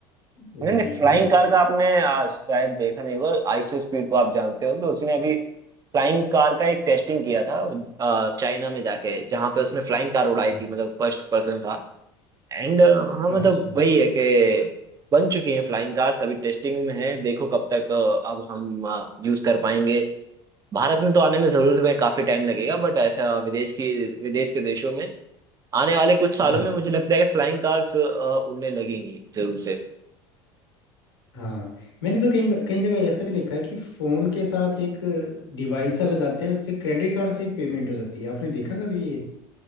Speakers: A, on the left (about 85°); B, on the right (about 30°).
A: वो
B: नहीं
A: नहीं
B: नहीं
A: है
B: फ्लाइंग
A: बड़ी बात
B: कार का आपने आ, शायद देखा नहीं होगा आईसो स्पीड को आप जानते हो तो उसने अभी फ्लाइंग कार का एक टेस्टिंग किया था आ, चाइना में जाके जहाँ पे उसने फ्लाइंग कार उड़ाई
A: नहीं।
B: थी मतलब फर्स्ट पर्सन था एंड हाँ मतलब
A: अच्छा
B: वही है कि बन चुकी हैं फ्लाइंग कार्स अभी टेस्टिंग में है देखो कब तक अ, अब हम यूज कर पाएंगे भारत में तो आने में जरूर में काफी टाइम लगेगा बट ऐसा विदेश की विदेश के देशों में आने वाले कुछ सालों
A: हाँ
B: में मुझे लगता है कि फ्लाइंग कार्स उड़ने लगेंगी जरूर से
A: हाँ मैंने तो कहीं कई जगह ऐसा भी देखा है कि फोन के साथ एक डिवाइस सा लगाते हैं उससे क्रेडिट कार्ड से पेमेंट हो जाती है आपने देखा कभी ये